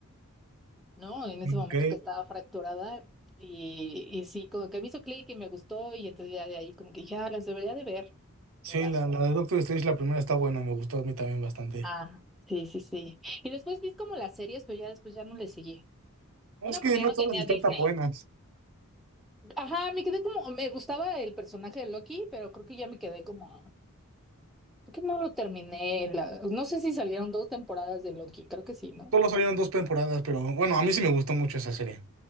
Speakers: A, in the centre; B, on the right.
A: ¿no? En ese
B: Ok,
A: momento que estaba fracturada y, y sí, como que me hizo clic y me gustó y entonces ya de ahí como que dije, ah, las debería de ver
B: Sí,
A: todas.
B: la, la de Doctor Strange, la primera está buena, me gustó a mí también bastante.
A: Ah, sí, sí, sí. Y después vi como las series, pero ya después ya no le seguí.
B: No,
A: Una
B: Es que
A: porque
B: no
A: ya no
B: todas
A: tenía
B: están
A: Disney.
B: tan buenas.
A: Ajá, me quedé como, me gustaba el personaje de Loki, pero creo que ya me quedé como, creo que no lo terminé. la- no sé si salieron dos temporadas de Loki, creo que sí, ¿no?
B: Solo salieron dos temporadas, pero bueno, a mí sí me gustó mucho esa serie.